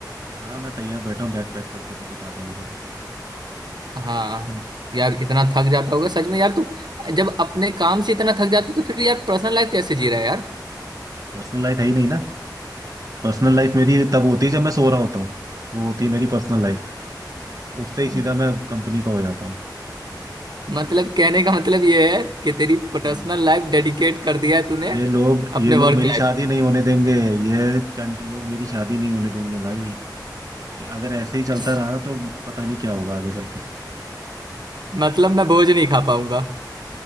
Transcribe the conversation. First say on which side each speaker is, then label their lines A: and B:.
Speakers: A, on the right; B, on the right.
A: हाँ मैं तैयार बैठा हूँ बैग पैक करके तू बता दे मुझे बस
B: हाँ यार इतना थक जाता होगा सच में यार तू जब अपने काम से इतना थक जाता तो फिर यार पर्सनल लाइफ कैसे जी रहा है
A: पर्सनल लाइफ है ही नहीं ना पर्सनल लाइफ मेरी तब होती है जब मैं सो रहा होता हूँ वो होती है मेरी पर्सनल लाइफ उठते ही
B: यार
A: सीधा मैं कंपनी का हो जाता हूँ
B: मतलब कहने का मतलब ये है कि तेरी पर्सनल
A: हम्म।
B: लाइफ डेडिकेट कर दिया है तूने
A: ये लोग ये
B: अपने
A: लोग
B: वर्क
A: मेरी शादी
B: लाइफ को
A: नहीं होने देंगे ये चंट लोग मेरी शादी नहीं होने देंगे भाई अगर ऐसे ही चलता
B: <laughs>
A: रहा तो पता नहीं क्या होगा आगे चल के
B: मतलब मैं बोझ नहीं खा पाऊंगा